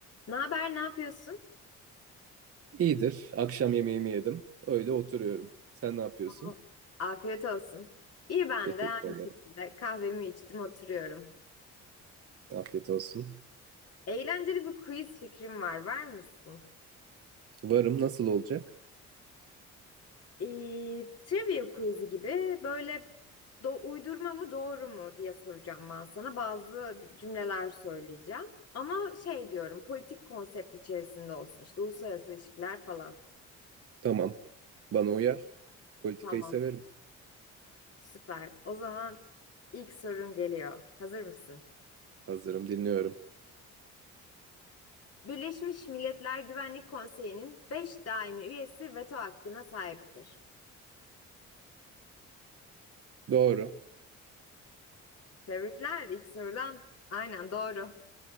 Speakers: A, on the left; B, on the right.
A: Ne haber, ne yapıyorsun?
B: İyidir. Akşam yemeğimi yedim. Öyle oturuyorum. Sen ne yapıyorsun?
A: Aa, Afiyet olsun. İyi ben
B: Teşekkür
A: de aynı şekilde
B: ederim.
A: kahvemi içtim oturuyorum.
B: Afiyet olsun.
A: Eğlenceli bir quiz fikrim var, var mısın?
B: Varım nasıl olacak?
A: Ee, trivia quiz'i gibi böyle do uydurma mı doğru mu diye soracağım ben sana. Bazı cümleler söyleyeceğim. Ama şey diyorum politik konsept içerisinde olsun işte uluslararası ilişkiler falan.
B: Tamam. Bana uyar. Politikayı
A: Tamam
B: severim.
A: süper. O zaman ilk sorun geliyor. Hazır mısın?
B: Hazırım, dinliyorum.
A: Birleşmiş Milletler Güvenlik Konseyi'nin 5 daimi üyesi veto hakkına sahiptir.
B: Doğru.
A: Tebrikler ilk sorudan. Aynen doğru.